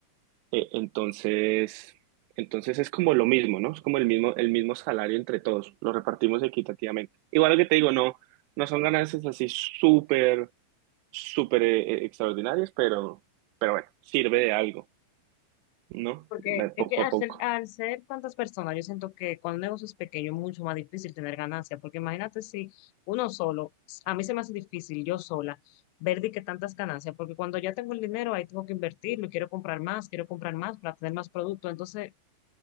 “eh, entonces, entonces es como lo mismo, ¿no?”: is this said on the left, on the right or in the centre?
Right